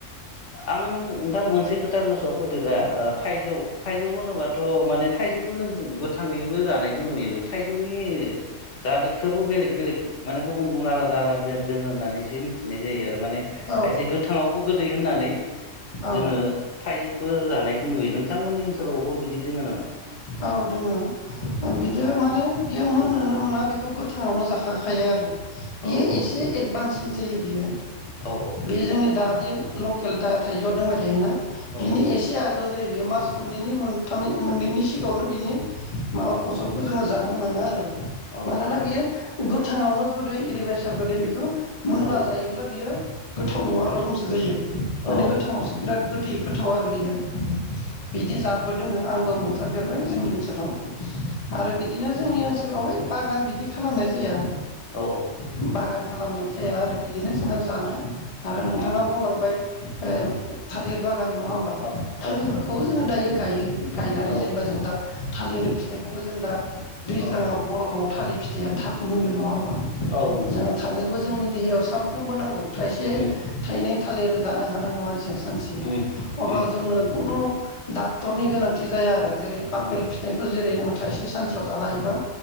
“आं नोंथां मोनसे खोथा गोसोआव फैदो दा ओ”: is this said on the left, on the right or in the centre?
Left